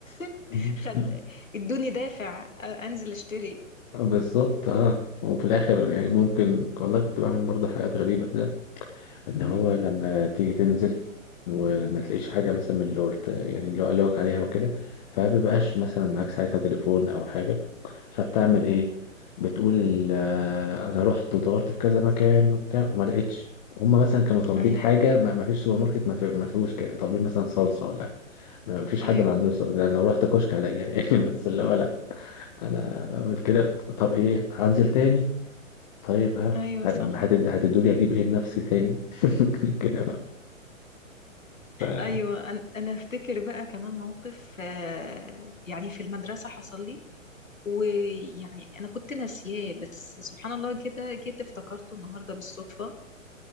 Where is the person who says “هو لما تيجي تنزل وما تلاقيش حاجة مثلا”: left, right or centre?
Left